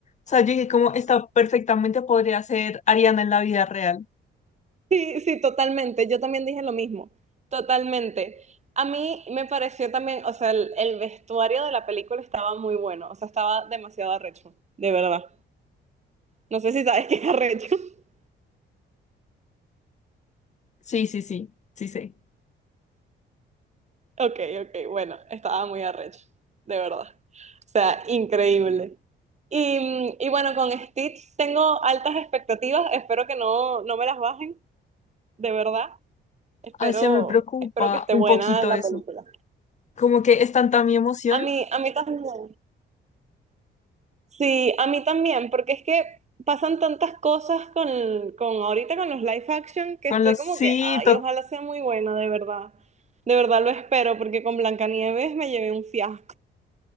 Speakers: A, on the left; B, on the right.
A: O sea, yo dije, como esta perfectamente podría ser Ariana en la vida real.
B: Sí, sí, totalmente. Yo también dije lo mismo, totalmente. A mí me pareció también, o sea, el, el vestuario de la película estaba muy bueno, o sea, estaba demasiado arrecho, de verdad. No sé si sabes qué es arrecho. <laughs>
A: Sí, sí, sí, sí, sí.
B: Ok, ok, bueno, estaba muy arrecho, de verdad. O sea, increíble. Y, mm, y bueno, con Stitch tengo altas expectativas, espero que no, no me las bajen, de verdad. Espero,
A: Ay, se me preocupa
B: espero que esté
A: un
B: buena
A: poquito
B: la
A: eso.
B: película.
A: Como que es tanta mi emoción
B: A mí, a mí también. Sí, a mí también, porque es que pasan tantas cosas con, con ahorita con los live action que
A: con
B: estoy
A: los
B: como
A: sí,
B: que, ay,
A: to-
B: ojalá sea muy buena, de verdad. De verdad lo espero, porque con Blancanieves me llevé un fiasco.